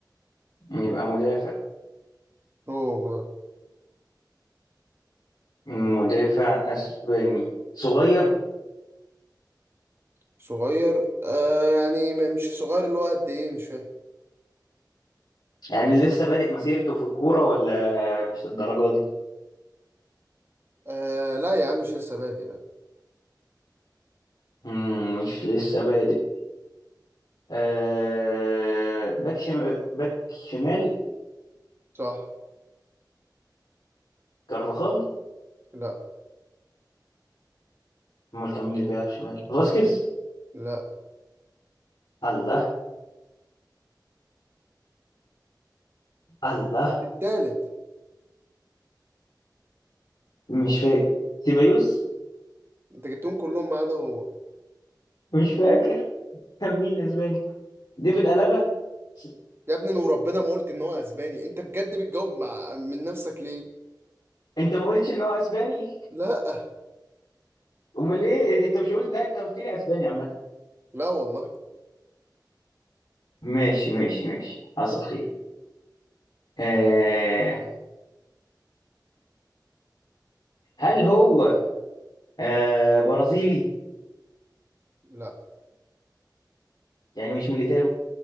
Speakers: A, on the left; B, on the right.
A: يبقى مدافع
B: هو مدرب
A: مدافع اسباني صغير
B: صغير آه يعني م- مش صغير اللي هو قد ايه مش فاهم
A: يعني لسه بادئ مسيرته في الكورة ولا مش للدرجة دي
B: آه لا يا عم مش لسه بادئ لا
A: مم، مش لسه بادئ آه باك شم... باك شمال
B: صح
A: كارفاخال
B: لا
A: امال كان مين اللي بيلعب شمال فاسكيز
B: لا
A: الله الله
B: التالت
A: مش فاكر تيبايوس
B: انت جبتهم كلهم ما عدا هو
A: مش فاكر <laughs> كان مين اسباني ديفيد ألابا س-
B: يا ابني انا وربنا ما قلت ان هو اسباني انت بجد بتجاوب مع من نفسك ليه
A: انت ما قلتش ان هو اسباني
B: لا
A: امال ايه انت مش قلت لا انت قلت لي اسباني عامه
B: لا والله
A: ماشي ماشي ماشي حصل خير آه... هل هو آه... برازيلي
B: لا
A: يعني مش ميليتاو